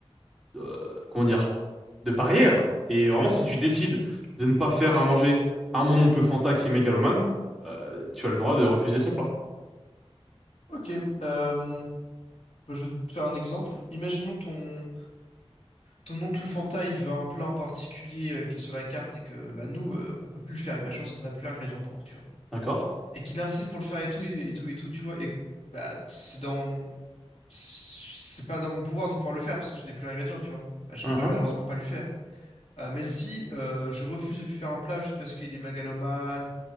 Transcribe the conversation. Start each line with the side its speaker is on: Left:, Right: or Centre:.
Centre: de- comment dire, de barrière. Et vraiment, si tu décides de ne pas faire à manger à mon oncle Fanta qui est mégalomane, euh, tu as le droit de refuser son plat.
Left: Ok, euh, bah, je vais te faire un exemple. Imaginons ton, ton oncle Fanta, il veut un plat en particulier euh, qui est sur la carte et que bah, nous, euh, on peut plus le faire. Imaginons parce qu'on n'a plus l'ingrédient pour, tu vois.
Centre: D'accord?
Left: Et qu'il insiste pour le faire et tout, et tout, et tout, tu vois. Et bah, c'est dans... c'est pas dans mon pouvoir de pouvoir le faire parce que je n'ai plus l'ingrédient, tu vois. Bah, je
Centre: Mhm,
Left: ne pourrais malheureusement pas lui faire. Euh, mais si euh, je refuse de lui faire un plat juste parce qu'il est mégalomane